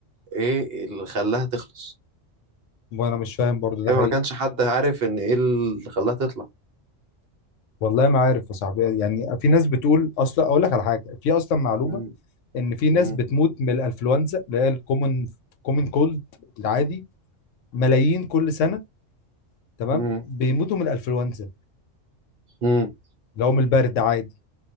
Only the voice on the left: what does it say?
وانا مش فاهم برضو ده
حقيقي
والله ما عارف يا صاحبي يعني في ناس بتقول اصلا اقول لك على حاجه في اصلا معلومه
ان في ناس
بتموت من الانفلونزا اللي هي الكومن كومن كولد العادي ملايين كل سنه تمام
بيموتوا من الانفلونزا
اللي هو من البرد عادي